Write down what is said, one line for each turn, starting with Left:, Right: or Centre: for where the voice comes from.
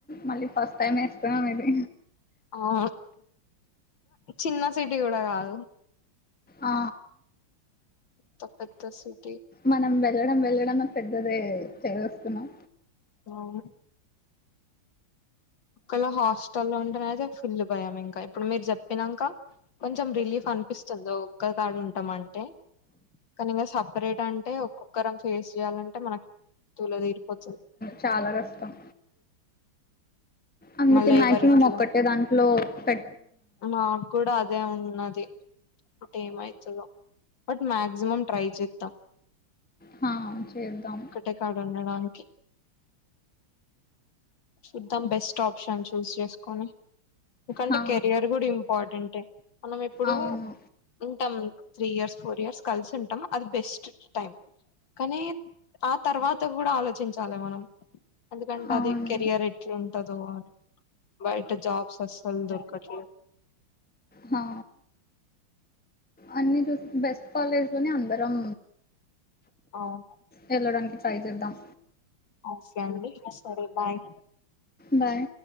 Centre: మళ్ళీ ఫస్ట్ టైమ్ వేస్తున్నాం ఇది
Left: ఆ చిన్న సిటీ కూడా కాదు
Centre: ఆ
Left: పెద్ద పెద్ద సిటీ
Centre: మనం వెళ్ళడం వెళ్లడం పెద్దదే చదిస్తున్నాం
Left: అవునూ ఒక్కళ హాస్టల్ ఉంటున అదతే ఫుల్ భయం ఇంకా ఇప్పుడు మీరు చెప్పినాక కొంచెం రిలీఫ్ అనిపిస్తుందో ఒక్కదాని ఉంటాం అంటే కానీ ఇంకా సపరేట్ అంటే ఒక్కొక్కరం ఫేస్ చేయాలంటే మనకు దుల్ల తిరిపోతది
Centre: చాలా కష్టం అందుకే
Left: మళ్ళ
Centre: మాక్సిమం
Left: ఎవరిట్లా
Centre: ఒక్కటే దాంట్లో పె
Left: మాకు కూడా అదే ఉన్నది అ ఏమవుతుందో బట్ మక్సిమమ్ ట్రై చేద్దాం
Centre: హా, చేద్దాం
Left: ఒక్కటేకాడ ఉండడానికి చూద్దాం బెస్ట్ ఆప్షన్ చూస్ చేసుకుని ఎందుకంటే
Centre: హా,
Left: కెరియర్ కూడా ఇంపార్టెంట్ మనం ఇప్పుడు
Centre: అవును
Left: ఉంటాం త్రీ ఇయర్స్ ఫోర్ ఇయర్స్ కలిసి ఉంటాం అది బెస్ట్ టైం కానీ ఆ తర్వాత కూడా ఆలోచించాలి మనం ఎందుకంటే
Centre: అవును
Left: అది కెరియర్ ఎట్లాంటదో అని బయట జాబ్స్ అసలు దొకు రకట్లే
Centre: హా అన్ని చూసి బెస్ట్ కాలేజ్ లోని అందరం
Left: అవును
Centre: వెళ్ళడానికి ట్రై చేద్దాం
Left: ఓకే అండి సరే బాయ్
Centre: బయ్